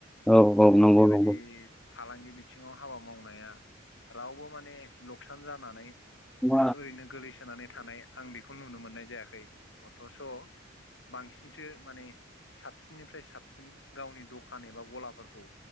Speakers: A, in the centre; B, on the left (about 60°).
A: औ
B: माने
A: औ नंगौ
B: बेबायदि
A: नंगौ
B: फालांगि बिथिङाव हाबा मावनाया रावबो माने लकसान जानानै
A: औ औ
B: ओ ओरैनो गोगलैसोनानै थानाय आं बेखौ नुनो मोननाय जायाखै अथ'स' बांसिनसो माने साबसिननिफ्राय साबसिन गावनि दखान एबा गलाफोरखौ